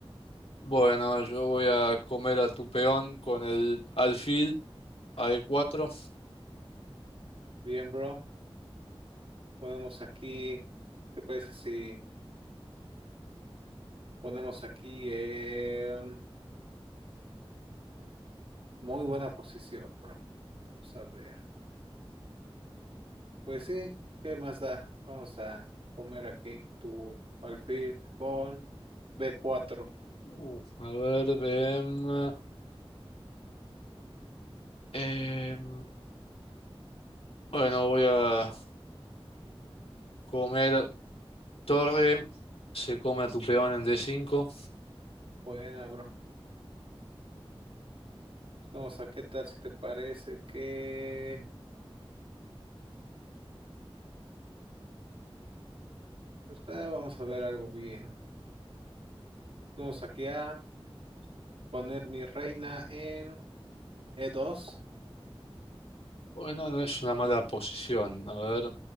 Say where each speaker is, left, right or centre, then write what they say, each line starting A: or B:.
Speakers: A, on the left; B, on the right.
A: Bueno, yo voy a comer a tu peón con el alfil a d cuatro
B: Bien, bro. Ponemos aquí, ¿qué te parece si ponemos aquí en muy buena posición, bro? Vamos a ver. Pues sí, ¿qué más da? Vamos a comer aquí tu alfil con B4.
A: Uh, a ver, em, em, bueno, voy a comer torre, se come a tu peón en D5.
B: Buena, bro. Vamos a qué tal si te parece que... Pues nada, vamos a ver algo bien. Vamos aquí a poner mi reina en E2.
A: Bueno, no es una mala posición. A ver,